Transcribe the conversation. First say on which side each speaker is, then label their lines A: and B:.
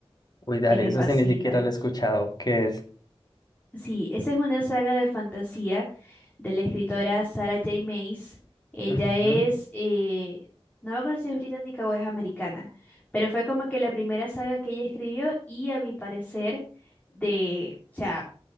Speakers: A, on the left (about 40°); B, on the left (about 15°).
A: Uy, dale,
B: que me
A: eso
B: fascina.
A: sí ni siquiera lo he escuchado. ¿Qué es?
B: Sí, esa es una saga de fantasía de la escritora Sarah J. Maas. Ella
A: Ujú.
B: es, eh, no me acuerdo si es británica o es americana, pero fue como que la primera saga que ella escribió y a mi parecer de, o sea,